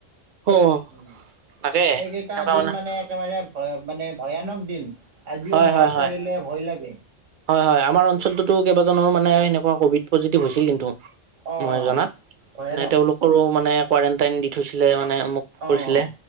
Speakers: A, on the right (about 55°); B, on the right (about 85°).
A: অ'
B: উম
A: তাকে
B: সেইকেইটা
A: এনেকুৱা
B: দিন মানে একেবাৰে ভয় মানে ভয়ানক দিন আজিও
A: হয়
B: মনত
A: হয়
B: পৰিলে
A: হয়
B: ভয় লাগে।
A: হয়, হয়, আমাৰ অঞ্চলটোতো কেইবাজনৰো মানে সেনেকুৱা ক'ভিড পজিটিভ হৈছিল কিন্তু।
B: অ'
A: মই জনাত,
B: ভয়ানক
A: মানে তেওঁলোক কৰো মানে কোৱাৰেণ্টাইন দি থৈছিলে মানে মোক কৰিছিলে
B: অ'